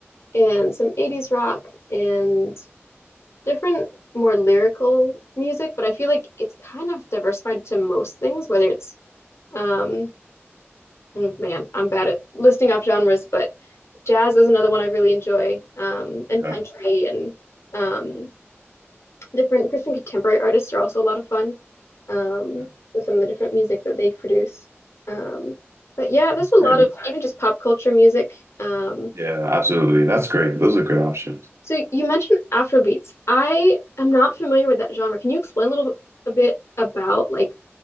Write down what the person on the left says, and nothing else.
and some 80s rock and different more lyrical music, but I feel like it's kind of diversified to most things, whether it's um, Mm, man, I'm bad at listing off genres, but jazz is another one I really enjoy, um, and
country and um, different Christian contemporary artists are also a lot of fun um,
with some of the different music that they produce. Um, but yeah, there's
a
lot of even just pop culture music. Um,
so you mentioned Afrobeats. I am not familiar with that genre. Can you explain a little bit, a bit about like